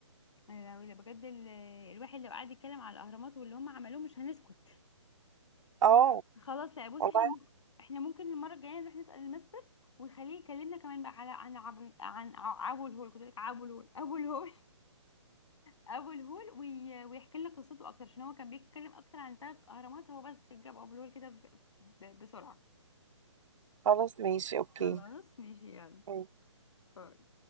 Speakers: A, on the left (about 65°); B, on the right (about 80°).
A: يا لهوي ده بجد ال- الواحد لو قعد يتكلم على الاهرامات واللي هم عملوه مش هنسكت
B: اه
A: خلاص لا بص
B: والله
A: احنا م... احنا ممكن المره الجايه نروح نسال المستر ويخليه يكلمنا كمان بقى على عن عبو عن ع- عبو الهول كنت بقول لك عبو الهول ابو الهول ابو الهول وي... ويحكي لك قصته اكتر عشان هو كان بيتكلم اكتر عن ثلاث اهرامات هو بس جاب ابو الهول كده ب... ب... بسرعه
B: خلاص ماشي اوكي
A: خلاص ماشي يلا
B: أيوة.
A: باي.